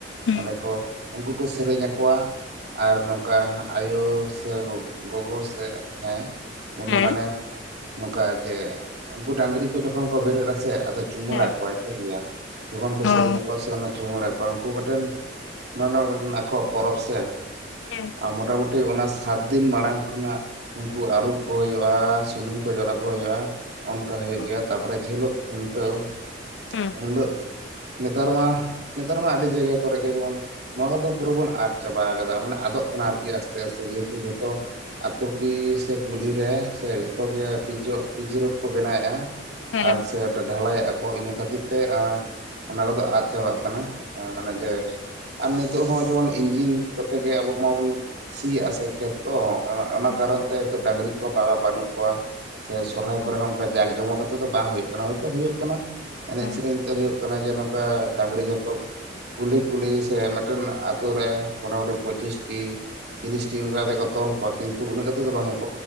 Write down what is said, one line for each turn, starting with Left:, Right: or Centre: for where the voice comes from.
Left: ᱦᱮᱸ
Right: ᱚᱸᱰᱮ ᱠᱚ ᱩᱱᱠᱩ ᱠᱚ ᱥᱮᱨᱮᱧ ᱟᱠᱚᱣᱟ ᱟᱨ ᱱᱚᱝᱠᱟ ᱟᱭᱳ ᱥᱮ ᱜᱚᱜᱚ ᱥᱮ ᱦᱮᱸ ᱩᱱᱤ
Left: ᱦᱮᱸ
Right: ᱢᱟᱱᱮ ᱱᱚᱝᱠᱟ ᱡᱮ ᱩᱱᱠᱩ ᱰᱟᱝᱨᱤ ᱠᱚ ᱡᱚᱠᱷᱚᱱ ᱠᱚ ᱵᱮᱨᱮᱫ ᱟ ᱥᱮᱮ ᱟᱫᱚ ᱪᱩᱢᱟᱹᱲᱟ
Left: ᱦᱮᱸ
Right: ᱠᱚᱣᱟᱭ ᱴᱷᱤᱠ ᱜᱮᱭᱟ᱾ ᱡᱮᱢᱚᱱ ᱠᱚ ᱥᱮᱨᱮᱧ
Left: ᱚ
Right: ᱟᱠᱚᱣᱟ ᱥᱮ ᱪᱩᱢᱟᱹᱲᱟᱮᱫ ᱠᱚᱣᱟ ᱩᱱᱠᱩ ᱢᱤᱫᱴᱮᱱ ᱱᱚᱰᱮ ᱟᱠᱚ ᱯᱚᱨᱚᱵᱽ ᱥᱮ
Left: ᱦᱮᱸ
Right: ᱟᱨ ᱢᱚᱴᱟᱢᱩᱴᱤ ᱚᱱᱟ ᱥᱟᱛ ᱫᱤᱱ ᱢᱟᱲᱟᱝ ᱠᱷᱚᱱᱟᱜ ᱩᱱᱠᱩ ᱟᱹᱨᱩᱵ ᱠᱚ ᱦᱩᱭᱩᱜᱼᱟ ᱥᱩᱱᱩᱢ ᱠᱚ <unintelligible> ᱦᱩᱭᱩᱜᱼᱟ ᱚᱱᱠᱟ ᱦᱩᱭᱩᱜ
Left: ᱚ
Right: ᱜᱮᱭᱟ ᱡᱷᱞ ᱠᱷᱩᱱᱴᱟᱹᱣ
Left: ᱦᱮᱸ
Right: ᱩᱱᱤᱞᱳᱜ ᱱᱮᱛᱟᱨ ᱢᱟ ᱱᱮᱛᱟᱨ ᱢᱟ ᱟᱹᱰᱤ ᱡᱟᱭᱜᱟ ᱠᱚᱨᱮ ᱜᱮ ᱡᱮᱢᱚᱱ ᱱᱚᱣᱟ ᱠᱚᱫᱚ ᱯᱩᱨᱟᱹ ᱵᱚᱱ ᱟᱫ ᱪᱟᱵᱟ ᱠᱟᱫᱟ ᱢᱟᱱᱮ ᱟᱫᱚᱜ ᱠᱟᱱᱟ ᱟᱨᱠᱤ ᱟᱥᱛᱮ ᱟᱥᱛᱮ ᱡᱮᱦᱮᱛᱩ ᱡᱷᱚᱛᱚ ᱟᱛᱩ ᱠᱤ ᱥᱮ ᱠᱩᱞᱦᱤ ᱨᱮ ᱥᱮ ᱡᱚᱛᱚ ᱜᱮ ᱯᱤᱡ ᱯᱤᱡ ᱨᱳᱰ ᱠᱚ ᱵᱮᱱᱟᱣᱮᱫᱼᱟ᱾
Left: ᱦᱮᱸ
Right: ᱟᱨ ᱥᱮ ᱰᱷᱟᱞᱟᱭᱮᱫᱼᱟ ᱠᱚ ᱤᱱᱟᱹ ᱠᱷᱟᱹᱛᱤᱨ ᱛᱮ ᱚᱱᱟ ᱠᱚᱫᱚ ᱟᱫ ᱪᱟᱵᱟᱜ ᱠᱟᱱᱟ ᱢᱟᱱᱮ ᱡᱮ᱾ ᱟᱨ ᱱᱤᱛᱚᱜ ᱦᱚᱸ ᱡᱮᱢᱚᱱ ᱤᱧᱡᱤᱱ ᱠᱚᱛᱮ ᱜᱮ ᱟᱵᱚ ᱢᱟᱵᱚᱱ ᱥᱤᱭᱟᱜᱼᱟ ᱥᱮ ᱠᱷᱮᱛ ᱠᱚ
Left: ᱦᱮᱸ
Right: ᱚᱱᱟ ᱠᱟᱨᱚᱱ᱾ ᱠᱟᱨᱚᱱ ᱛᱮ ᱰᱟᱝᱨᱤ ᱠᱚᱦᱚᱸ ᱵᱟᱹᱱᱩᱜ ᱠᱚᱣᱟ᱾ ᱥᱮ ᱥᱚᱨᱦᱟᱭ
Left: ᱚ
Right: ᱠᱚᱨᱮ ᱦᱚᱸ ᱚᱱᱠᱟ ᱡᱟᱸᱠ ᱡᱚᱢᱚᱠ ᱠᱟᱛᱮᱜ ᱫᱚ ᱵᱟᱝ ᱦᱩᱭᱩᱜ ᱠᱟᱱᱟ ᱦᱭᱛᱳ ᱦᱩᱭᱩᱜ ᱠᱟᱱᱟ
Left: ᱦᱮᱸ
Right: ᱮᱱᱮᱡ ᱥᱮᱨᱮᱧ ᱛᱮ ᱦᱩᱭᱩᱜ ᱠᱟᱱᱟ᱾ ᱡᱮ ᱱᱚᱠᱟ ᱰᱟᱝᱨᱤ ᱡᱚᱛᱚ ᱠᱩᱞᱦᱤ ᱠᱩᱞᱦᱤ ᱥᱮ ᱢᱤᱫᱴᱮᱱ ᱟᱛᱳ ᱨᱮ ᱢᱚᱴᱟᱢᱴᱤ ᱯᱚᱸᱪᱤᱥᱴᱤ ᱛᱤᱨᱤᱥᱴᱤ ᱚᱱᱠᱟ ᱠᱟᱛᱮ ᱠᱚ ᱛᱚᱞ ᱠᱚᱣᱟ ᱠᱤᱱᱛᱩ ᱩᱱᱟᱜ <unintelligible>